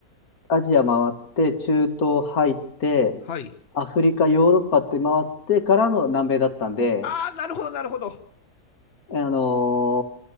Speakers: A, on the left (about 70°); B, on the left (about 45°).
A: アジア回って、中東入って、
B: はい。
A: アフリカ、ヨーロッパって回ってからの南米だったんで、
B: ああ、なるほど、なるほど。
A: あの